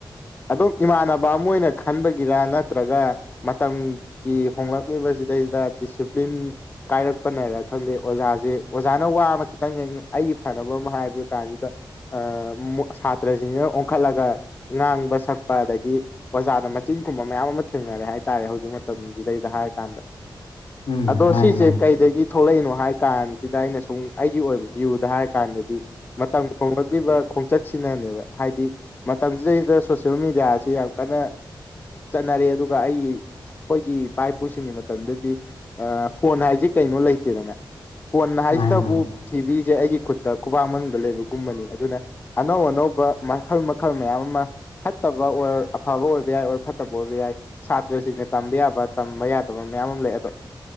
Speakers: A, on the left; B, on the left.
A: ꯑꯗꯨꯝ ꯏꯃꯥꯟꯅꯕ ꯑꯃ ꯑꯣꯏꯅ ꯈꯟꯕꯒꯤꯔꯥ ꯅꯠ ꯇ꯭ꯔꯒ ꯃꯇꯝꯒꯤ ꯍꯣꯡꯂꯛꯂꯤꯕꯖꯤꯗꯩꯖꯤꯗ ꯗꯤꯁꯤꯄ꯭ꯂꯤꯟ ꯀꯥꯏꯔꯛꯄꯅꯔ ꯈꯪꯗꯦ ꯑꯣꯖꯥꯖꯦ ꯑꯣꯖꯥꯅ ꯋꯥ ꯑꯃ ꯈꯤꯇꯪ ꯍꯦꯛ ꯑꯩꯒꯤ ꯐꯅꯕ ꯑꯃ ꯍꯥꯏꯕ ꯀꯥꯟꯖꯤꯗ ꯑ ꯃꯣ ꯁꯥꯇ꯭ꯔꯖꯤꯡꯖꯤꯅ ꯑꯣꯟꯈꯠꯂꯒ ꯉꯥꯡꯕ ꯁꯛꯄ ꯑꯗꯒꯤ ꯑꯣꯖꯥꯗ ꯃꯆꯤꯟ ꯈꯨꯝꯕ ꯃꯌꯥꯝ ꯑꯃ ꯊꯦꯡꯅꯔꯦ ꯍꯥꯏꯇꯥꯔꯦ ꯍꯧꯖꯤꯛ ꯃꯇꯝꯖꯤꯗꯩꯗ ꯍꯥꯏꯔꯀꯥꯟꯗ
B: ꯎꯝ
A: ꯑꯗꯣ
B: ꯃꯥꯅꯤ
A: ꯁꯤꯖꯦ
B: ꯃꯥꯅꯤ
A: ꯀꯩꯗꯒꯤ ꯊꯣꯛꯂꯏꯅꯣ ꯍꯥꯏ ꯀꯥꯟ ꯁꯤꯗ ꯑꯩꯅ ꯁꯨꯝ ꯑꯩꯒꯤ ꯑꯣꯏꯕ ꯚꯋ꯭ꯌꯨꯗ ꯍꯥꯏ ꯀꯥꯟꯗꯗꯤ ꯃꯇꯝ ꯍꯣꯡꯂꯛꯂꯤꯕ ꯈꯣꯡ ꯆꯠꯁꯤꯅꯅꯦꯕ ꯍꯥꯏꯗꯤ ꯃꯇꯝꯁꯤꯗꯩꯁꯤꯗ ꯁꯣꯁꯤꯜ ꯃꯦꯗꯤꯌꯥ ꯁꯦ ꯌꯥꯝ ꯀꯟꯅ ꯆꯠꯅꯔꯦ ꯑꯗꯨꯒ ꯑꯩꯒꯤ ꯑꯈꯣꯏꯒꯤ ꯏꯄꯥ ꯏꯄꯨꯁꯤꯡꯒꯤ ꯃꯇꯝꯗꯨꯗꯗꯤ ꯑ ꯐꯣꯟ ꯍꯥꯏꯖꯤ ꯀꯩꯅꯣ ꯂꯩꯇꯦꯗꯅ ꯐꯣꯟ ꯍꯥꯏꯁꯤꯇꯕꯨ
B: ꯃꯥꯅꯤ ꯃꯥꯅꯤ
A: ꯊꯤꯕꯤꯖꯦ ꯑꯩꯒꯤ ꯈꯨꯠ ꯗ ꯈꯨꯕꯥꯛ ꯃꯅꯨꯡꯗ ꯂꯩꯕꯒꯨꯝꯕꯅꯤ ꯑꯗꯨꯅ ꯑꯅꯧ ꯑꯅꯧꯕ ꯃꯈꯜ ꯃꯈꯜ ꯃꯌꯥꯝ ꯑꯃ ꯐꯠꯇꯕ ꯑꯣꯔ ꯑꯐꯕ ꯑꯣꯏꯕ ꯌꯥꯏ ꯑꯣꯔ ꯐꯠꯇꯕ ꯑꯣꯏꯕ ꯌꯥꯏ ꯁꯥꯇ꯭ꯔꯁꯤꯡꯅ ꯇꯝꯕ ꯌꯥꯕ ꯇꯝꯕ ꯌꯥꯗꯕ ꯃꯌꯥꯝ ꯑꯃ ꯂꯩ ꯑꯗꯣ